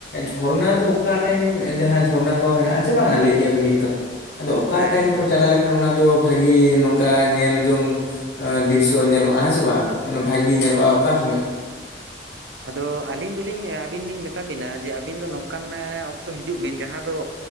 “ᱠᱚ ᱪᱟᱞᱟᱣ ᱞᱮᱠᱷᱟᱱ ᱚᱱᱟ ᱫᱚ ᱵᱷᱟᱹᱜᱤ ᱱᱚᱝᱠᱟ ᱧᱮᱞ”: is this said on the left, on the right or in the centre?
Left